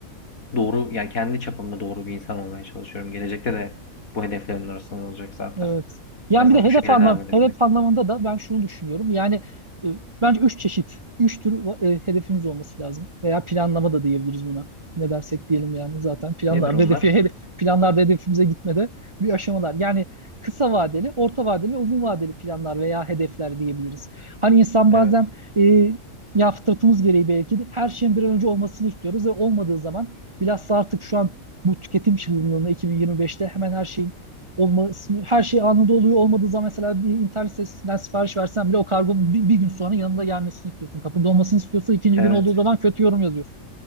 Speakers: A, on the left; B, on the right.
A: doğru yani kendi çapımda doğru bir insan olmaya çalışıyorum. Gelecekte de bu hedeflerin arasında olacak zaten.
B: Evet. Yani
A: En azından
B: bir de hedef
A: bu şekilde
B: anlam
A: devam edebilmek.
B: hedef anlamında da ben şunu düşünüyorum. Yani e, bence üç çeşit, üç tür e, hedefimiz olması lazım. Veya planlama da diyebiliriz buna. Ne dersek diyelim yani zaten planlar
A: Nedir onlar?
B: hedefi hedef, planlarda hedefimize gitmede bir aşamalar. Yani kısa vadeli, orta vadeli ve uzun vadeli planlar veya hedefler diyebiliriz. Hani insan
A: Evet.
B: bazen e, ya fıtratımız gereği belki de her şeyin bir an önce olmasını istiyoruz ve olmadığı zaman bilhassa artık şu an bu tüketim çılgınlığına 2025'te hemen her şeyin olmasını her şey anında oluyor. Olmadığı zaman mesela bir internet sitesinden sipariş versen bile o kargonun bir, bir gün sonra yanında gelmesini istiyorsun. Kapında olmasını istiyorsan ikinci
A: Evet.
B: gün olduğu zaman kötü yorum yazıyorsun.